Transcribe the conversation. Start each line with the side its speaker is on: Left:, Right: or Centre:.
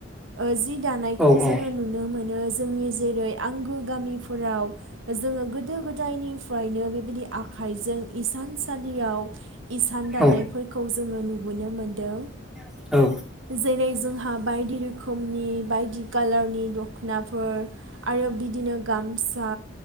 Right: ओ जि दानायखौ
Centre: औ
Right: जोङो
Centre: औ
Right: नुनो मोनो जोंनि जेरै आंगो गामि फोराव जोङो गोदो गोदायनिफ्रायनो बेबाय आखाइजों इसानसालियाव इसान दानायफोरखौ
Centre: औ
Right: जोङो नुबोनो मोनदों
Centre: औ औ
Right: जेरै जोंहा बायदि रोखोमनि बायदि कालारनि दख'नाफोर आरो बि दिनो गामसा